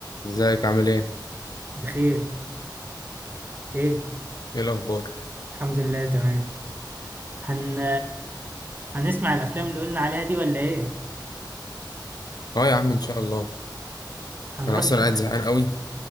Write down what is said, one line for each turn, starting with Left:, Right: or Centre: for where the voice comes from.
Left: ازيك عامل ايه؟
Right: بخير ايه
Left: ايه الأخبار؟
Right: الحمد لله تمام هن هنسمع الافلام اللي قلنا عليها دي ولا ايه
Left: اه يا عم إن شاء الله
Right: هنروح
Left: أنا أصلا قاعد زهقان قوي